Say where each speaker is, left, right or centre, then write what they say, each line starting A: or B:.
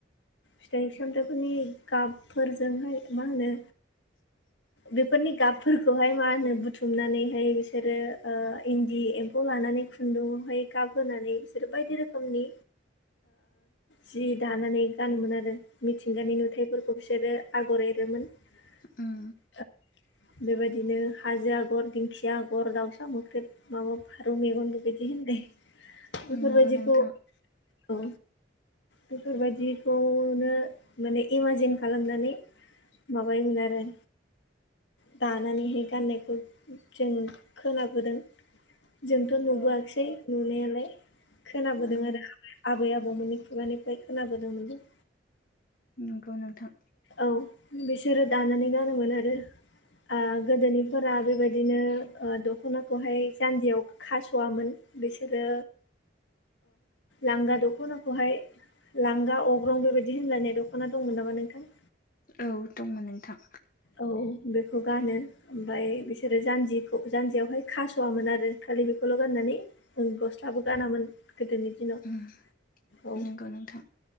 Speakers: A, on the left; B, on the left.
A: फिथाइ सामथाइफोरनि गाबफोरजोंहाय मा होनो
B: <inaudible>
A: बेफोरनि गाबफोरखौहाय मा होनो बुथुमनानैहाय बिसोरो ओ इनदि एम फौ लानानै खुनदुङावहाय गाब होनानै बिसोरो बायदि रोखोमनि जि दानानै गानोमोन आरो मिथिंगानि नुथायफोरखौ बिसोरो आगर एरोमोन ओ
B: उम
A: बेबायदिनो हाजो आगर दिंखिया आगर दाउसा मोख्रेब माबा फारौ मेगन बेबायदि होननाय
B: उम
A: बेफोरबायदिखौ
B: नंगौ नोंथां
A: औ बेफोरबायदिखौनो माने इमाजिन खालामनानै माबायोमोन आरो दानानैहाय गाननायखौ जों खोनाबोदों जोंथ' नुबोआखैसै
B: औ
A: नुनायालाय खोनाबोदों
B: औ
A: आरो आबै आबौमोननि खुगानिफ्राय खोनाबोदोंमोन
B: नोंगौ नोंथां
A: औ बिसोरो दानानै गानोमोन आरो ओ गोदोनिफोरा बेबायदिनो दखनाखौहाय जानजियाव खास'वामोन बिसोरो लांगा ओ दखनाखौहाय लांगा अग्रं बेबायदि होनलायनाय दखना दंमोन नामा नोंथां
B: औ दंमोन नोंथां
A: औ बेखौ गानो ओमफ्राय बिसोर आरो जान्जिखौ जान्जियावहाय खास'वामोन आरो खालि बेखौल' गाननानै गस्लाबो गानामोन गोदोनि दिनाव
B: उम
A: औ
B: नंगौ नोंथां